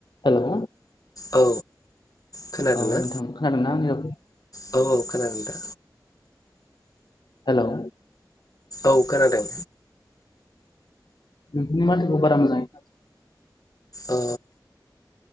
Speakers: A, on the left (about 70°); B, on the left (about 50°).
A: Hello
B: औ खोनादोंना
A: औ नोंथां खोनादोंना आंनि रावखौ
B: औ औ खोनादों दा
A: हेलौ
B: औ खोनादों
A: नोंथांनि माथोखौ बारा मोजाङै
B: अ